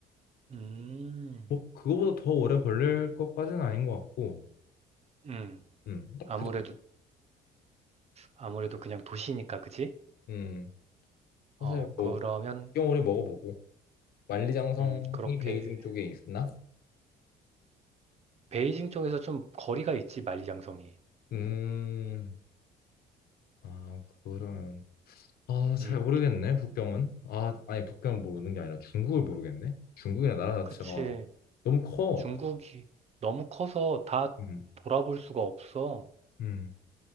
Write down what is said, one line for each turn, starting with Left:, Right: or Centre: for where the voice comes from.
Right: 음,
Left: 뭐, 그거보다 더 오래 걸릴 것까지는 아닌 것 같고,
Right: 음,
Left: 음, 딱그
Right: 아무래도,
Left: 정도.
Right: 아무래도 그냥 도시니까, 그지?
Left: 음, 사실
Right: 어, 그러면,
Left: 뭐, 북경오리 먹어보고, 만리장성이
Right: 음, 그렇게.
Left: 베이징 쪽에 있나?
Right: 베이징 쪽에서 좀 거리가 있지, 만리장성이.
Left: 음, 아, 그거는, 아, 잘
Right: 음,
Left: 모르겠네, 북경은. 아, 아니, 북경은 모르는 게 아니라 중국을 모르겠네? 중국이나 나라
Right: 그치.
Left: 자체가 너무 커.
Right: 중국이 너무 커서 다
Left: 음,
Right: 돌아볼 수가 없어.
Left: 음,